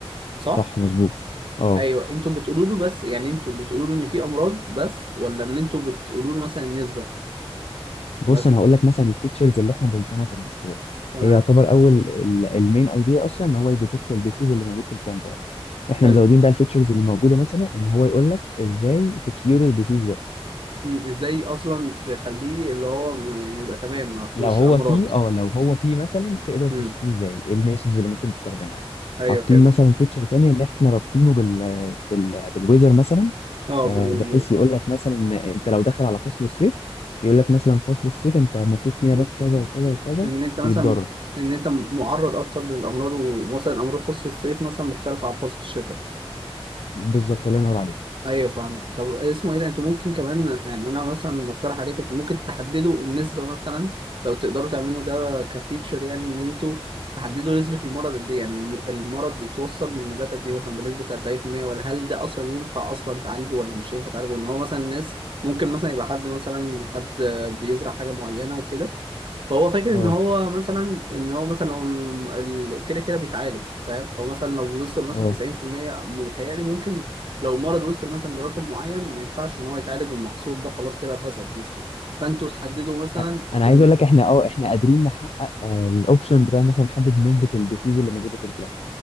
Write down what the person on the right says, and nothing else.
صح
ايوه انتوا بتقولوا له بس يعني انتوا بتقولوا له ان في امراض بس ولا ان انتوا بتقولوا له مثلا النسبه
مثلا
تمام
حلو
مم، ازاي اصلا تخليه اللي هو يعني يبقى تمام ما فيهوش
امراض
امم
ايوه
فهمت
اه
بال-
بت...
ان انت
مثلا ان انت معرض اكتر للامراض ومثلا امراض فصل الصيف مثلا مختلفه عن فصل الشتاء
ايوه فاهم طب اسمه ايه ده انتوا ممكن كمان يعني انا مثلا مقترح عليكم انتوا ممكن تحددوا النسبه مثلا لو تقدروا تعملوا ده كفيتشر يعني ان انتوا تحددوا نسبه المرض قد ايه يعني الم- المرض اتوصل من النباتات دي مثلا بنسبه 40% ولا هل ده اصلا ينفع اصلا تعالجه ولا مش ينفع تعالجه ان هو مثلا الناس ممكن مثلا يبقى حد مثلا حد بيزرع حاجه معينه وكده فهو فاكر
ان هو مثلا ان هو مثلا لو ال- كده كده بيتعالج فاهم فهو مثلا لو وصل مثلا
90% متهيألي ممكن لو مرض وصل مثلا لرقم معين ما ينفعش ان هو يتعالج والمحصول ده خلاص كده فسد مثلا فانتوا تحددوا مثلا
ال...